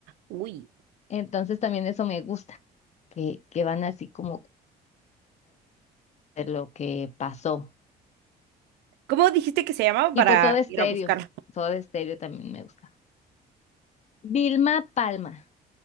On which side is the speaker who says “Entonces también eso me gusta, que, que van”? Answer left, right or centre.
Left